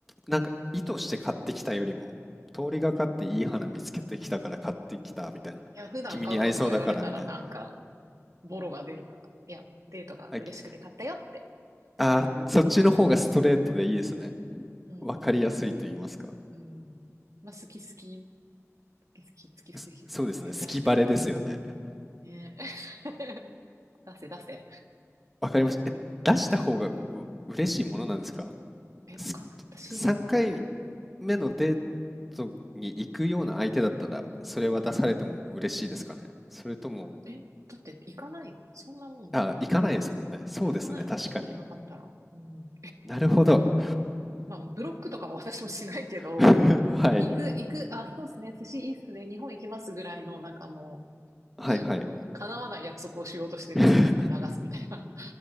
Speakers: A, in the centre; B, on the right (about 80°).
A: なんか意図して買ってきたよりも通りがかっていい花見つけてきたから買ってきたみたいな君に合いそうだからみたいな
B: や、普段買うのとか言われたらなんか、ボロが出るから。いや、デートが嬉しくて買ったよって。
A: あきああ、そっちの方がストレートでいいですね。
B: うん。
A: わかりやすいと言いますか。
B: うん。まあ、好き好き、好き好き、好き好き、
A: そそうですね。
B: 好き好きって出してる。
A: 好きバレですよね。
B: ね <laughs> 出せ出せ。
A: わかりました。え、出した方がう嬉しいものなんですか
B: え、
A: す
B: わかんない。私、
A: 3回目のデー
B: うん。
A: トに行くような相手だったら、それは出されても嬉しいですかねそれとも、
B: うん。え、だって行かない。そんなもん。
A: あ、行かないですもんね。そうですね。
B: 行かないもん。
A: 確かに。
B: そうじゃなかったら。うん。
A: なるほど。
B: まあ、ブロックとかは私もしないけど、
A: <laughs> はい。
B: 行く、行く、あ、そうですね。寿司いいっすね。日本行きますぐらいの、なんかも
A: はいはい。
B: う、叶わない約束をしようとして次に流すみたいな。
A: <laughs>